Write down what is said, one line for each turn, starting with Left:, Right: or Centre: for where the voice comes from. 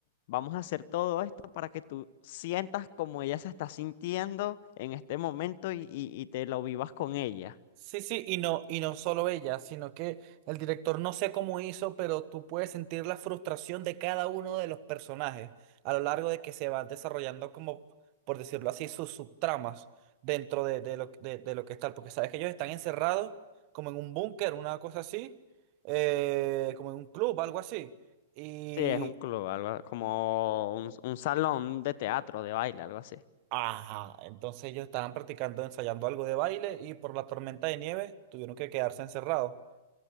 Left: vamos a hacer todo esto para que tú sientas como ella se está sintiendo en este momento y, y, y te lo vivas con ella.
Right: Sí, sí, y no, y no solo ella, sino que el director no sé cómo hizo, pero tú puedes sentir la frustración de cada uno de los personajes a lo largo de que se van desarrollando como, por decirlo así, sus subtramas dentro de, de lo, de, de lo que está, porque sabes que ellos están encerrados como en un búnker, una cosa así, eh, como en un club, algo así, y...
Left: Sí, es un club, algo como un, un salón de teatro, de baile, algo así.
Right: Ajá, entonces ellos estaban practicando, ensayando algo de baile y por la tormenta de nieve tuvieron que quedarse encerrados.